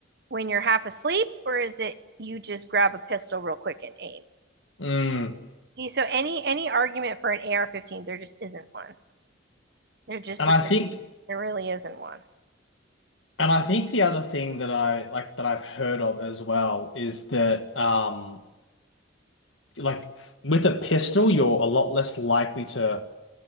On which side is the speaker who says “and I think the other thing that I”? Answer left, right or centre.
Left